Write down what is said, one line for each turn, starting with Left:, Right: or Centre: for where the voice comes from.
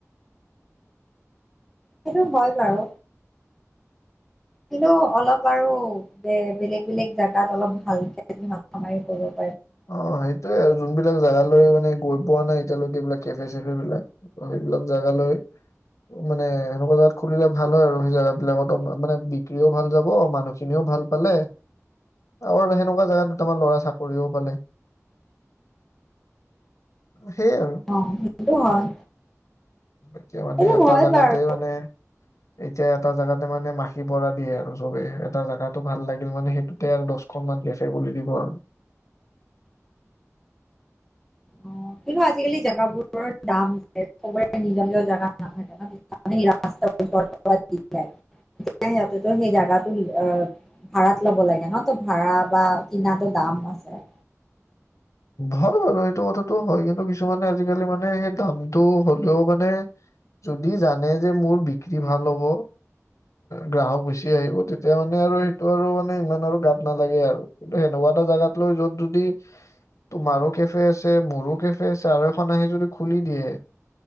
Centre: সেইটো হয় বাৰু কিন্তু অলপ আৰু ব বেলেগ-বেলেগ জাগাত অলপ ভালকে মাথা মাৰি কৰো
Left: অ সেইটোয়ে আৰু যোনবিলাক জেগালৈ মানে গৈ পোৱা নাই এতিয়ালৈকে এইবিলাক কেফে-চেফে বিলাক ত সেইবিলাক জেগা লৈ, মানে সেনেকুৱা খুলিলে ভাল হয় আৰু, সেই জেগ বিলাকতো মানে বিক্ৰীও ভাল যাব, মানুহখিনিও ভাল পালে আৰু সেনেকুৱা জোগাত দুটামান ল'ৰা চাকৰিও পালে। অ সেইয়ে আৰু,
Centre: অ সেইটো হয়
Left: এতিয়া মানে
Centre: সেইটো
Left: এটা
Centre: হয়
Left: জোগাতে
Centre: বাৰু
Left: মানে এতিয়া এটা জেগাতে মানে মাখি পৰা দিয়ে আৰু চবে এটা জোগাতটো ভাল লাগিল মানে সেইটোতে আৰু দহখন মান গছেে খ দিব আৰু
Centre: অ কিন্তু আজিকালি জেগাবোৰৰ দাম <unintelligible> নিজৰ-নিজৰ জেগা নাথাকে ন, ৰাস্তাৰ ওচ <unintelligible> সেই জেগাটো ভাড়াত লব লাগে ন, ত ভাড়া বা কিনাতো দাম আছে।
Left: হয় বাৰু, সেইটো কথাটো হয়, কিন্তু কিছুমানে আজিকালি মানে সেই দামটো হলেও মানে, যদি জানে যে মোৰ বিক্ৰী ভাল হ'ব গ্ৰাহক বেছি আহিব, তেতিয়া মানে আৰু সেইটো আৰু মানে ইমান আৰু গাত নালাগে আৰু কিন্তু সেনেকুৱা এটা জোগাত লৈ যত যদি তোমাৰো কেফে আছে মোৰ কেফে আছে আৰু এখন আহি যদি খুলি দিয়ে,